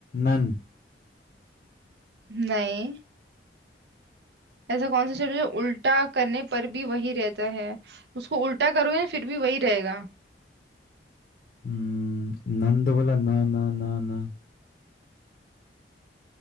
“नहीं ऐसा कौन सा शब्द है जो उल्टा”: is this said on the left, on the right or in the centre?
Right